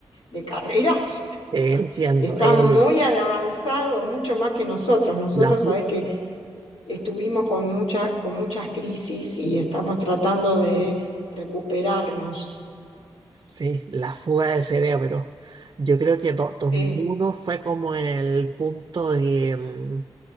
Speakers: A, on the left (about 80°); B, on the right (about 45°).
A: de carreras. <laughs>
B: eh, entiendo,
A: Está
B: el,
A: muy avanzado, mucho más que nosotros. Nosotros,
B: la, fu-
A: sabes que Estuvimos con mucha, con muchas crisis y estamos tratando de recuperarnos.
B: sí, la fuga de cerebro. Yo creo que do- dos
A: Sí,
B: mil uno fue como el punto de, mm,